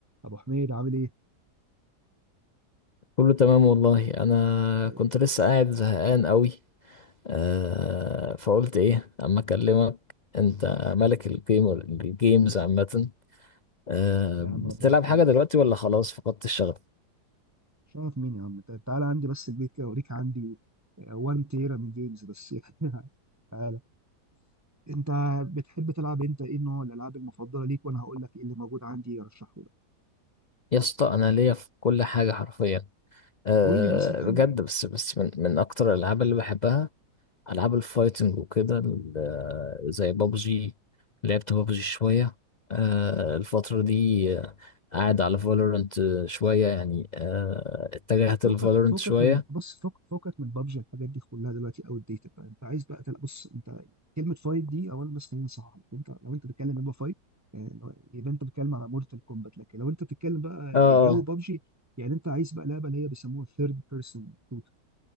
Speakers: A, on the right (about 20°); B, on the left (about 80°).
A: ابو حميد عامل ايه
B: كله تمام والله انا
A: زي
B: كنت
A: الفل
B: لسه قاعد زهقان قوي آه فقلت ايه اما اكلمك انت ملك الجيم الجيمز عامه آه
A: يا عم
B: بتلعب
A: ربنا يخليك
B: حاجه دلوقتي ولا خلاص فقدت الشغف
A: شرف مين يا عم تع- تعالى عندي بس البيت كده اوريك عندي 1 تيرا من جيمز بس يعني. <laughs> تعالى انت بتحب تلعب انت ايه نوع الالعاب المفضله ليك وانا هقول لك ايه اللي موجود عندي ارشحه لك
B: يا اسطى انا ليا في كل حاجه حرفيا آه
A: قول لي مثلا تحب
B: بجد
A: إيه؟
B: بس بس من من اكتر الالعاب اللي بحبها العاب الفايتنج وكده ال- زي بابجي لعبت بابجي شويه آه، الفتره دي آه، قاعد على فالورنت شويه يعني آه، اتجهت
A: فوقك
B: لفالورنت
A: فوقك
B: شويه
A: من بص فوق فوقك من بابجي الحاجات دي كلها دلوقتي اوت ديتد بقى انت عايز بقى تلعب بص انت كلمه فايت دي اولا بس خلينا نصحح لك انت لو انت بتتكلم يبقى فايت يعني لو- يبقى انت بتتكلم على مورتال كومبات لكن لو انت بتتكلم بقى
B: اه
A: جو بابجي يعني انت عايز بقى لعبه اللي هي بيسموها ثيرد بيرسون شوتر